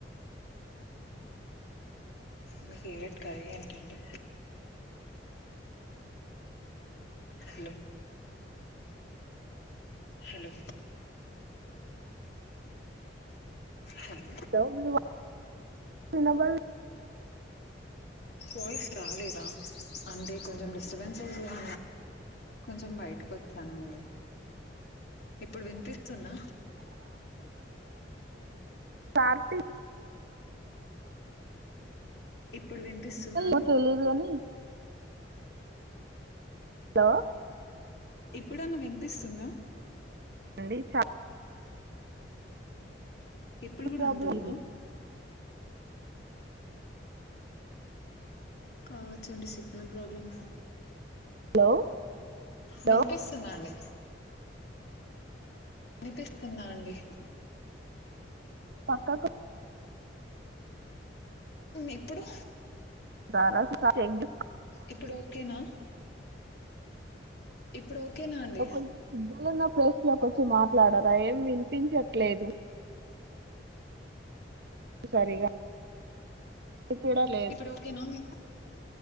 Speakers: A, on the left; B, on the right.
A: మీ ఫేవరెట్ కర్రీ ఏంటండి హలో హలో హలో!
B: హలో వినబడల
A: వాయిస్ రాలేదా అంటే కొంచెం డిస్టర్బెన్సెస్ గా కొంచెం బయటకు వచ్చానండి ఇప్పుడు వినిపిస్తున్నా
B: పార్టీ
A: ఇప్పుడు వినిపిస్తుందాని
B: ఏమో తెలీదు కాని హలో
A: ఇప్పుడన్న వినిపిస్తుంద
B: అండి చ
A: ఇప్పుడు గుడ
B: ప్రాబ్లం
A: అంతే ఉందా
B: ఇది
A: కావచ్చండి సిగ్నల్ ప్రాబ్లమ్
B: హలో
A: వినిపిస్తుంద
B: హలో
A: అండి వినిపిస్తుంద అండి
B: పక్కకు
A: ఇప్పుడు
B: బారాసిట టేక్ దిస్
A: ఇప్పుడు ఓకేనా ఇప్పుడు ఓకేనా అండి
B: ఇగా కొంచెం సిగ్నల్ ఉన్న ప్లేస్ లోకి వచ్చి మాట్లాడరా ఏం వినిపించట్లేదు సరిగా వినిపించట్లేదు
A: ఇప్పుడు ఓకేనా మీకు